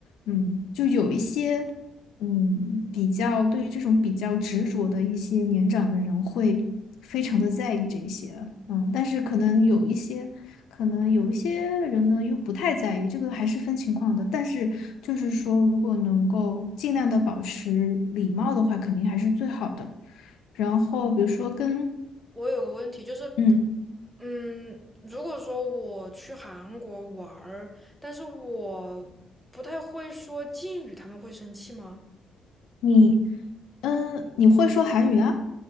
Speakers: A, on the left; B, in the centre.
A: 嗯，就有一些嗯，比较对于这种比较执着的一些年长的人会非常的在意这些，嗯，但是可能有一些，可能有一些人呢又不太在意，这个还是分情况的。但是就是说，如果能够尽量的保持礼貌的话，肯定还是最好的。然后比如说跟，
B: 我有个问题就是。
A: 嗯，
B: 嗯，如果说我去韩国玩儿，但是我不太会说敬语，他们会生气吗？
A: 你，嗯，你会说韩语啊？